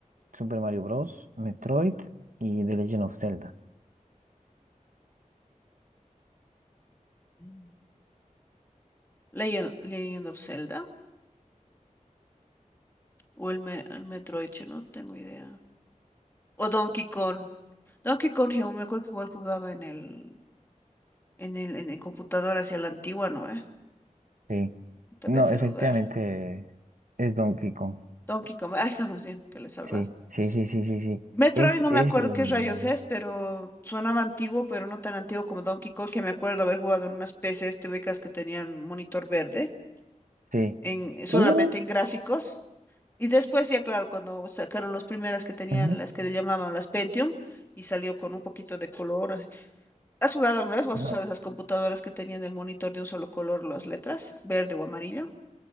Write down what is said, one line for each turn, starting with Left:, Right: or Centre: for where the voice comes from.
Right: Super Mario Bros., Metroid y The Legend of Zelda.
Left: Mm. Legend, Legend of Zelda, o el, me- el Metroid, che, no tengo idea. O Donkey Kong. Donkey Kong, yo me acuerdo que igual jugaba en el, en el, en el computador hacia la antigua, ¿no? ¿Eh?
Right: Sí.
Left: Te
Right: No,
Left: me hace
Right: efectivamente
Left: dudar.
Right: es Donkey Kong.
Left: Donkey Kong, ahí está más bien, que le he salvado.
Right: Sí, sí, sí, sí, sí, sí.
Left: Metroid
Right: Es,
Left: no me
Right: es,
Left: acuerdo
Right: eh,
Left: qué rayos es, pero sonaba antiguo, pero no tan antiguo como Donkey Kong, que me acuerdo haber jugado en unas PCs tubicas que tenían monitor verde,
Right: sí.
Left: en, solamente
Right: Uh,
Left: en gráficos. Y después ya, claro, cuando sacaron las primeras que tenían,
Right: ujú,
Left: las que le llamaban las Pentium, y salió con un poquito de color. así. ¿Has jugado alguna vez o has
Right: no,
Left: usado esas computadoras que tenían el monitor de un solo color, las letras, verde o amarillo?